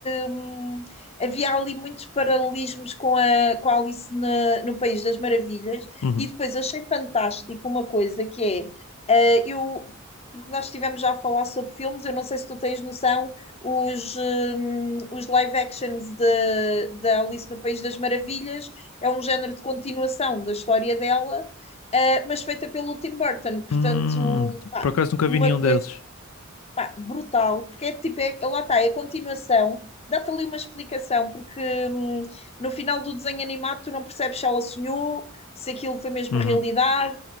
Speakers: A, on the left; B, on the left.
A: hum, havia ali muitos paralelismos com a, com a Alice na- no País das Maravilhas,
B: uhum.
A: e depois achei fantástico uma coisa que é, eh, eu, porque nós estivemos já a falar sobre filmes, eu não sei se tu tens noção, os, hum, os live actions de- da Alice no País das Maravilhas é um género de continuação da história dela, eh, mas feita pelo Tim Burton, portanto,
B: Hum,
A: pá,
B: por acaso nunca
A: uma
B: vi nenhum
A: coisa
B: deles.
A: Pá, brutal, porque é tipo, é, é, lá está, é a continuação, dá-te ali uma explicação, porque hum, no final do desenho animado tu não percebes se ela sonhou, se aquilo foi mesmo
B: Uhum,
A: realidade,